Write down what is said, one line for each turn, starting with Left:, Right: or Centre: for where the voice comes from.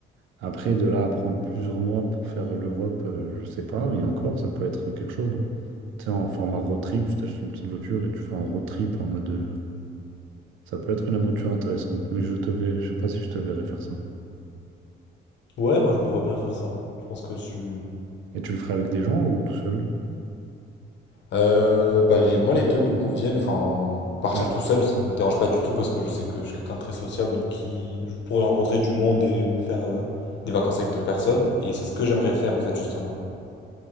Right: après de là à prendre plusieurs mois pour faire l'Europe, euh, je sais pas, mais encore, ça peut être quelque chose. hein. Tu sais, en format road trip, tu t'achètes une petite voiture et tu fais un road trip en mode. euh, ça peut être une aventure intéressante, mais je te vais, je sais pas si je te verrai faire ça.
Left: Ouais, moi je me vois bien faire ça. Je pense que je suis
Right: Et tu le ferais avec des gens ou tout seul?
Left: Euh, bah les, moi les deux me conviennent. Enfin, partir
Right: Ouais,
Left: tout seul, ça me dérange pas du tout parce que je sais que je suis quelqu'un de très sociable, donc qui, je pourrais rencontrer du monde et me faire euh, des vacances avec d'autres personnes. Et c'est ce que j'aimerais faire en fait justement.